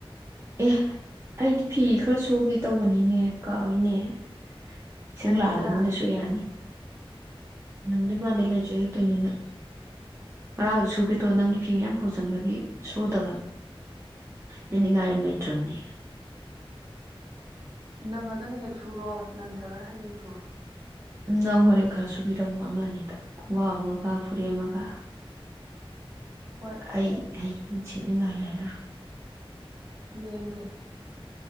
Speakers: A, on the right (about 25°); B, on the right (about 45°).
A: ꯑꯦ ꯑꯩꯗꯤ ꯐꯤ ꯈꯔ ꯁꯨꯒꯦ ꯇꯧꯕꯅꯤꯅꯦ ꯀꯥꯎꯏꯅꯦ <inaudible> ꯏꯁꯤꯡ
B: ꯅꯪꯒꯤꯗ꯭ꯔꯥ
A: ꯂꯥꯛꯑꯕꯅꯤꯅ ꯁꯨ ꯌꯥꯅꯤ꯫ ꯅꯪꯗꯣꯏ ꯃꯥꯥꯟꯗꯩ ꯂꯩꯖꯨꯂꯩꯇꯅꯤꯅ ꯉꯔꯥꯡꯗꯣ ꯁꯨꯒꯦ ꯇꯧꯔꯒ ꯅꯪꯒꯤ ꯐꯤ ꯃꯌꯥꯝ ꯐꯥꯎꯖꯟꯕꯒꯤ ꯁꯨꯗꯕ ꯌꯦꯅꯤꯡꯉꯥꯏ ꯑꯝ ꯂꯩꯇ꯭ꯔꯕꯅꯦ꯫
B: ꯅꯪꯉꯒꯅ ꯍꯦꯛ ꯁꯨꯔꯣ꯫ ꯅꯪꯗ꯭ꯔꯒꯅ ꯍꯌꯦꯡ ꯁꯨꯔꯣ꯫
A: ꯅꯪ ꯍꯣꯔꯦꯟ ꯈꯔ ꯁꯨꯕꯤꯔꯝꯃꯣ ꯑꯃꯅꯤꯗ ꯈꯣꯡꯒꯥꯎ ꯑꯃꯒ ꯐꯨꯔꯤꯠ ꯑꯃꯒ꯫
B: ꯍꯣꯏ
A: ꯑꯩ ꯑꯩ ꯁꯦꯠꯅꯤꯡꯉꯥꯏ ꯂꯩꯔꯔꯣꯏ꯫
B: ꯌꯦꯡꯒꯦ꯫